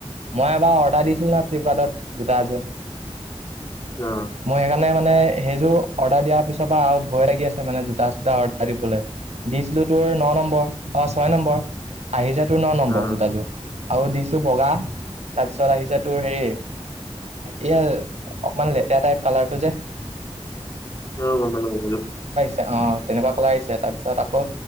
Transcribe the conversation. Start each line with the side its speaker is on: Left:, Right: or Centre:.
Right: মই এবাৰ অৰ্ডাৰ দিছিলো ন ফ্লিপকাৰ্টত জোতা এযোৰ-
Left: আহ
Right: মই সেইকাৰণে মানে সেইযোৰ অৰ্ডাৰ দিয়াৰ পিছৰ পৰা আৰু ভয় লাগি আছে মানে জোতা চোতা অৰ্ডাৰ দিবলৈ- দিছিলো তোৰ ন নম্বৰ অ ছয় নম্বৰ আহি য তোৰ ন নম্বৰ
Left: অ
Right: জোতাযোৰ- আৰু দিছো বগা তাৰপিছত আহিছে তোৰ হেৰি- এইয়া অকণমান লেতেৰা টাইপ কালাৰটো যে-
Left: অ গমপালো গমপালো
Right: অ তেনেকুৱা কালাৰ আহিছে তাৰ পিছত আকৌ